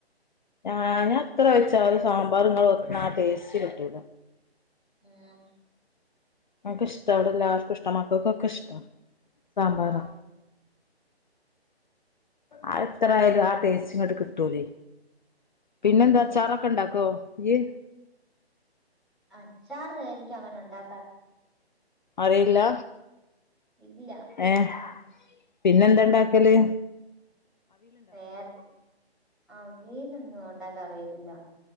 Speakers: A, in the centre; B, on the left.
A: ആ
B: ആഹ് ഞാൻ എത്ര വെച്ചാലും സാമ്പാറ് ഇങ്ങള് വെക്ക്ണ ആ ടേസ്റ്റ് കിട്ടൂല
A: ഉം
B: ങ്ങക്ക് ഇഷ്ടാ ഇവിടെല്ലാർക്കിഷ്ട മക്കക്കൊക്കെ ഇഷ്ട സാമ്പാറാ
A: ആ
B: അയെത്രയാലും ആ ടേസ്റ്റിങ്ങട്ട് കിട്ടൂലെ പിന്നെന്താ
A: ഉം
B: അച്ചാറൊക്കെ ഇണ്ടാക്കോ ഇയ്യ്
A: അച്ചാറ് എനിക്കങ്ങനെ ഉണ്ടാക്കാന്
B: അറിയില്ല
A: ഇല്ല
B: ഏഹ് പിന്നെ എന്തണ്ടാക്കല്
A: വേറെ അവിയലൊന്നും ഒണ്ടാക്കാൻ അറിയത്തില്ല